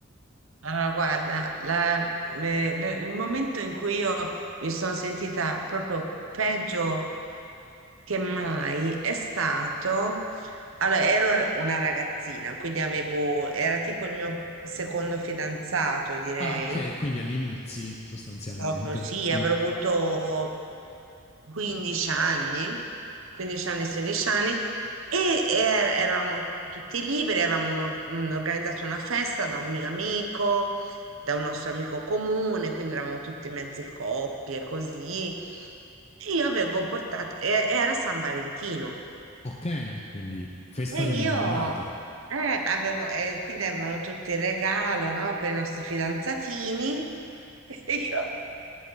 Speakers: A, on the right; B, on the left.
A: Allora, guarda, la- me- le- il momento in cui io mi sono sentita proprio peggio che mai è stato, allora, ero una ragazzina, quindi avevo, era tipo il mio secondo fidanzato, direi,
B: Ah, ok, quindi all'inizio sostanzialmente.
A: proprio sì, avrò
B: Mm.
A: avuto 15 anni, 15 anni, 16 anni, e er- eravamo tutti liberi, avevamo mm, organizzato una festa da un mio amico, da un nostro amico comune, quindi eravamo tutti mezzi coppie, così. E io avevo portato, e- era San Valentino,
B: Ok, quindi festa
A: e
B: degli
A: io
B: innamorati.
A: eh, avevo, e quindi avevamo tutti il regalo, no, per i nostri fidanzatini. <laughs> E io